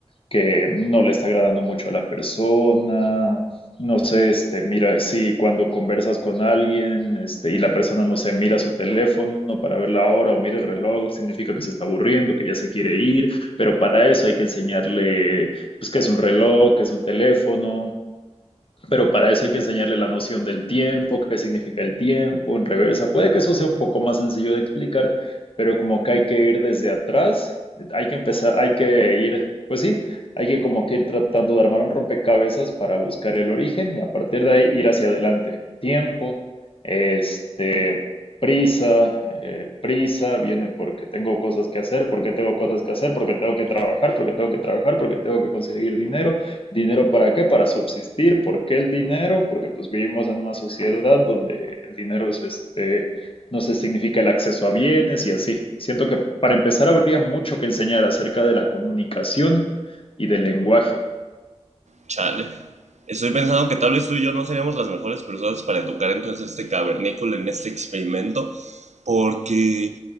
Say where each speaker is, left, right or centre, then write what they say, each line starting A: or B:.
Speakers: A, on the left; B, on the right.
A: que no le está agradando mucho a la persona. No sé, este, mira, si cuando conversas con alguien, este, y la persona, no sé, mira su teléfono para ver la hora o mira el reloj, significa que se está aburriendo, que ya se quiere ir, pero para eso hay que enseñarle, pues, qué es un reloj, qué es un teléfono, pero para eso hay que enseñarle la noción del tiempo, qué significa el tiempo en reversa. Puede que eso sea un poco más sencillo de explicar, pero como que hay que ir desde atrás, hay que empezar, hay que ir, pues sí, hay que como que ir tratando de armar un rompecabezas para buscar el origen y a partir de ahí ir hacia adelante. Tiempo, este, prisa, eh, prisa, viene porque tengo cosas que hacer, porque tengo cosas que hacer, porque tengo que trabajar, porque tengo que trabajar, porque tengo que conseguir dinero ¿Dinero para qué? Para subsistir. ¿Por qué el dinero? Porque pues vivimos en una sociedad donde el dinero es este, no se significa el acceso a bienes y así. Siento que para empezar habría mucho que enseñar acerca de la comunicación y del lenguaje.
B: Chale. Estoy pensando que tal vez tú y yo no seríamos las mejores personas para educar entonces a este cavernícola en este experimento, porque